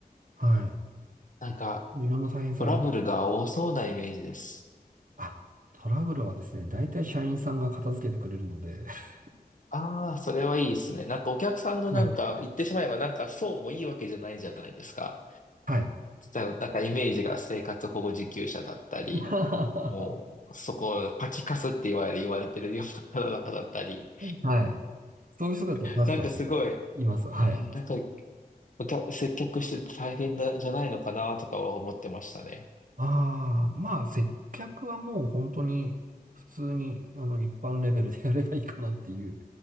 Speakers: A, on the right (about 55°); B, on the left (about 55°).
A: はい。
B: なんか、
A: いろんな大変さあり、
B: トラブルが多そうなイメージです。
A: あ、トラブルはですね、大体社員さんが片付けてくれるので、<laughs>
B: ああ、それはいいですね。なんかお客さんのなんか言ってしまえばなんかそうもいいわけじゃないじゃないですか。
A: はい。はい。
B: 例えばなんかイメージが生活保護受給者だったり、
A: <laughs>
B: もうそこパチカスって言われ、言われてるような方々だったり、
A: はい。そういう人たちは確かに
B: なんかすごい、
A: います。はい。
B: うん、なんかお客接客してて大変だ、じゃないのかなとかは思ってましたね。
A: ああ、まあ、接客はもう本当に普通に、あの、一般レベルでやればいいかなっていう